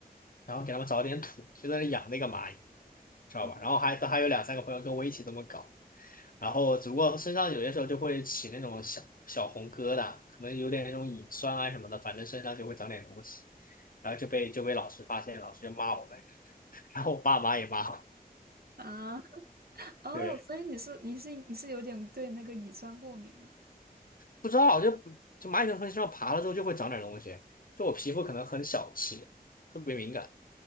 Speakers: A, on the left (about 65°); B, on the right (about 75°).
A: 然后给他们找点土，就在那养那个蚂蚁，知道吧？
B: 哦
A: 然后还都还有两三个朋友跟我一起这么搞，然后只不过身上有些时候就会起那种小小红疙瘩，可能有点那种蚁酸啊什么的，反正身上就会长点东西，然后就被就被老师发现，老师就骂我们，然后我爸妈也骂我。
B: 啊，哦，
A: 对，
B: 所以你是你是你是有点对那个乙酸过敏啊？
A: 不知道就就蚂蚁从身上爬了之后就会长点东西，就我皮肤可能很小气，特别敏感。